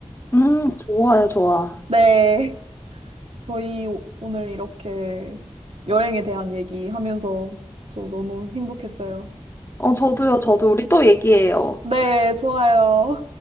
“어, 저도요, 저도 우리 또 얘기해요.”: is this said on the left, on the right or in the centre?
Left